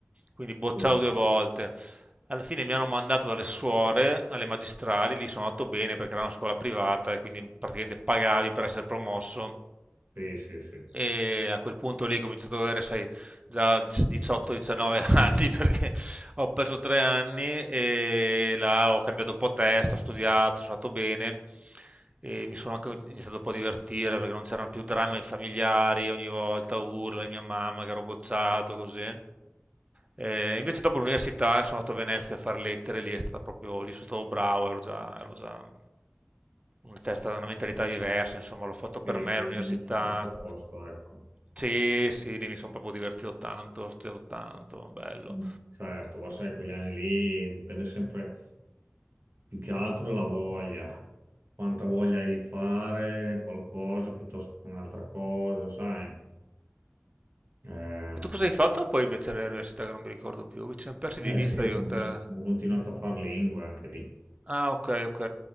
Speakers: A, on the right (about 30°); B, on the right (about 50°).
A: Quindi bocciato
B: sì,
A: due volte. Alla fine mi hanno mandato dalle suore alle magistrali, lì sono andato bene perché era una scuola privata e quindi praticamente pagavi per essere promosso.
B: sì, sì, sì.
A: E a quel punto lì ho cominciato ad avere, sai, già 18-19 <laughs> anni perché ho perso tre anni e là ho cambiato un po' testa, ho studiato, sono andato bene e mi sono anche iniziato un po' a divertire perché non c'erano più drammi familiari, ogni volta urla, mia mamma che ero bocciato, così. Eh, invece dopo l'università sono andato a Venezia a fare lettere, lì è stata proprio, lì sono stato bravo, ero già, ero già una testa, una mentalità diversa, insomma l'ho fatto
B: Quindi
A: per me
B: te
A: l'università.
B: li ha messo un po' a posto, ecco.
A: Sì, sì, lì mi sono proprio divertito tanto, ho studiato tanto, bello.
B: Mm. Certo, ma sai, quegli anni lì dipende sempre più che altro la voglia, quanta voglia hai di fare qualcosa piuttosto che un'altra cosa, sai. Ehm,
A: E tu cosa hai fatto poi invece all'università che non mi ricordo più? Che ci siamo persi di
B: eh
A: vista
B: sì, ho
A: io
B: continu-
A: e te.
B: ho continuato a fare lingue anche lì.
A: Ah, ok, ok.